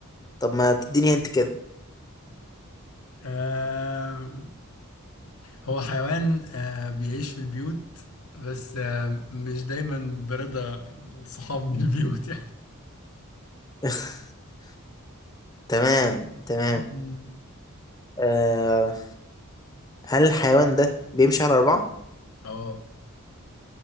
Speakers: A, on the left; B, on the left.
A: طب ما تديني هنت كده
B: آه هو حيوان آه بيعيش في البيوت بس آه مش دايما برضا الصحاب من البيوت <laughs> يعني
A: <laughs> تمام تمام
B: مم.
A: آه هل الحيوان ده بيمشي على أربعة؟
B: اه